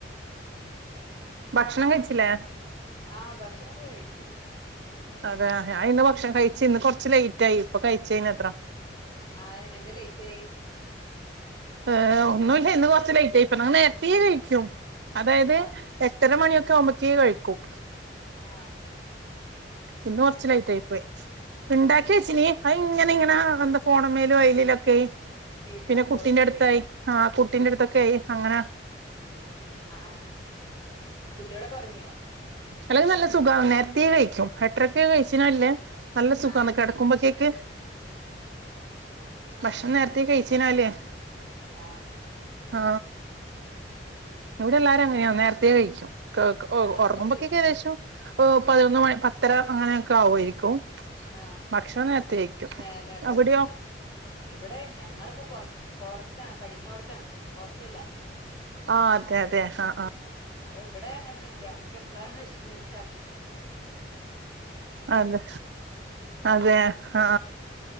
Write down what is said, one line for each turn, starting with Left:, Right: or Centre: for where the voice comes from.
Right: ഭക്ഷണം
Left: ആ.
Right: കഴിച്ചില്ലേ
Left: ആ ഭക്ഷണംക്കെ കഴിച്ച്
Right: അതേ ഞാനിന്ന് ഭക്ഷണം കഴിച്ച് ഇന്ന് കാെർച്ച് ലേറ്റായി ഇപ്പംകഴിചേനത്ര
Left: ആ എ എന്താ ലേറ്റായി
Right: ഏ ഒന്നുല്ല ഇന്ന് കൊറച്ച് ലേയ്റ്റായിപ്പൊ ഞാ നേരത്തെ കഴിക്കും അതായത്
Left: ആഹ്
Right: എട്ടര മണിയൊക്കെ ആവുമ്പക്കേ കഴി ക്കും
Left: ആ
Right: ഇന്ന് കൊറച്ച് ലേറ്റ് ആയി പോയി ഇണ്ടാക്കിവെച്ചിനി അയിഇങ്ങനെ ഇങ്ങനാ
Left: ആഹ്
Right: എന്താ ഫോണുംമേലും അയിലില ക്കയ്
Left: ക്ക് ഇരുന്നപ്പോ
Right: പിന്നെ കുട്ടിന്റട്ത്തായി
Left: ലേറ്റ്
Right: ആ കു കുട്ടിന്റെടുത്തൊക്കെ ആയി അങ്ങന
Left: ആ ആ കുട്ടികളൊക്കെ ഒറങ്ങിയോ
Right: അല്ലെങ്കി നല്ല സുഖാണ് നേരത്തേ കഴിക്കും എട്ടരക്കു കഴിചിനാല്ലെ
Left: ആഹ്
Right: നല്ലസുഖാണ്
Left: ആഹ്
Right: കിടക്കുമ്പേക്ക് ക്ക്
Left: ആഹ്
Right: ഭക്ഷണം നേരത്തെേ കഴിച് <unintelligible>
Left: ആഹ്
Right: ആ
Left: ഉം
Right: ഇവിടെ എല്ലാരും അങ്ങനെയാ നേര ത്തെ കഴിച്ചും കാക്ക ഓ
Left: ആഹ്
Right: ഒറങ്ങുമ്പക്ക്കേക്കദേശം
Left: അത്
Right: ഓ പതിനൊന്ന് മണി പത്തര അങ്ങനെയൊക്കെ ആവുവായിരിക്കും
Left: ആഹ്
Right: ഭക്ഷണം നേരത്തെ കഴിക്കും
Left: നേ നേരത്തെ
Right: അവിടെയോ
Left: കഴിക്കും ഇവിടെ ഞങ്ങള്പ്പോ പൊറ പൊറത്താണ് പഠിക്ക്ണോട്ത്താണ് ഹോസ്റ്റല് ല്ലാ
Right: ആ അതെ അതെ ആഹ് ആഹ്
Left: ആ അഹ് ഇവിടെ അങ്ങനീയൊന്നൂല്ല്യാ നമ്മുക്ക് എപ്പഴാണ് വെഷക്ക്ണെ ചെ
Right: അതെ അതെ
Left: അങ്ങനെ
Right: ആ